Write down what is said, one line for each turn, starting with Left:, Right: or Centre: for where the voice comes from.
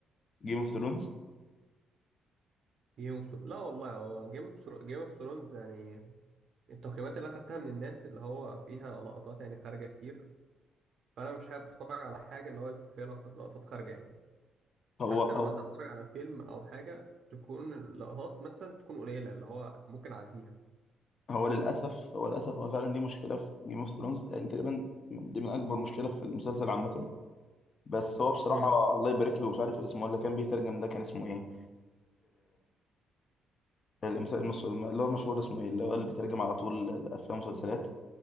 Left: جيم اوف ثرونز
Right: جيم اوف ثرونز، لا والله هو جيم اوف جيم اوف ثرونز يعني التقييمات اللي اخدتها من الناس اللي هو فيها لقطات يعني خارجة كتير فانا مش حابب اتفرج على حاجة اللي هو يبقى فيها لق- لقطات خارجة يعني حتى
Left: هو
Right: لو
Left: هو
Right: مثلا اتفرج على فيلم او حاجه تكون اللقطات مثلا تكون قليله اللي هو ممكن اعديها
Left: هو للاسف هو للاسف هو فعلا دي مشكله في جيم اوف ثرونز تقريبا دي من اكبر مشكله في المسلسل عامه بس هو بصراحه
Right: امم
Left: الله يبارك له مش عارف اسمه ولا كان بيترجم ده كان اسمه ايه يعني المس- المس- اللي هو المشهور ده اسمه ايه اللي هو اللي بيترجم على طول الافلام والمسلسلات